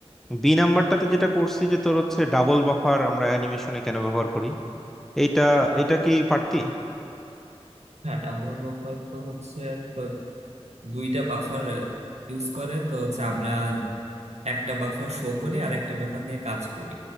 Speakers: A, in the centre; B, on the right (about 80°).
A: বি নাম্বারটাতে যেটা করছি যে তোর হচ্ছে ডাবল বাফার আমরা অ্যানিমেশনে কেন ব্যবহার করি এইটা এটা কি পারতি
B: হ্যাঁ টাম্বল বাফার তো হচ্ছে তো দুইটা বাফার ইউজ করে তো হচ্ছে আমরা একটা বাফার শো করি আর একটা বাফার নিয়ে কাজ করি